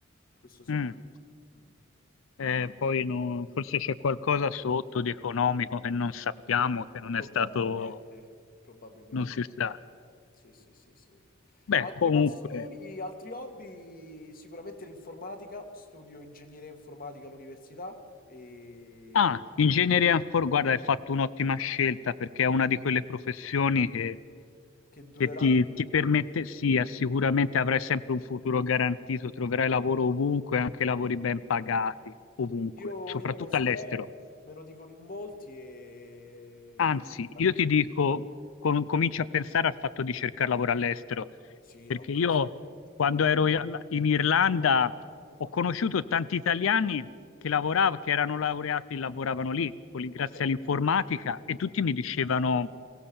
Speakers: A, on the left; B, on the left.
A: questo sì.
B: mm.
A: Mm, mm.
B: Eh, poi non- forse c'è qualcosa sotto di economico che non sappiamo, che non
A: Probabilmente,
B: è stato,
A: probabilmente.
B: non si sa.
A: Sì, sì, sì, sì.
B: Beh,
A: Altre
B: comunque.
A: passioni, altri hobby? Sicuramente l'informatica, studio ingegneria informatica all'università e
B: Ah, ingegnere inform- guarda, hai fatto un'ottima scelta perché è una di quelle professioni che,
A: che dureranno.
B: che ti, ti permette, sì, eh, sicuramente avrai sempre un futuro garantito, troverai lavoro ovunque, anche lavori ben pagati, ovunque,
A: Io,
B: soprattutto
A: io lo spero,
B: all'estero.
A: me lo dicono in molti e...
B: Anzi,
A: sarà
B: io
A: così.
B: ti dico, com- cominci a pensare al fatto di cercare lavoro all'estero,
A: Sì,
B: perché
A: no, quello
B: io
A: sicuramente.
B: quando ero i- in Irlanda
A: Ah,
B: ho conosciuto tanti italiani che lavoravano, che erano laureati e lavoravano lì, con lì- grazie
A: Ok.
B: all'informatica, e tutti mi dicevano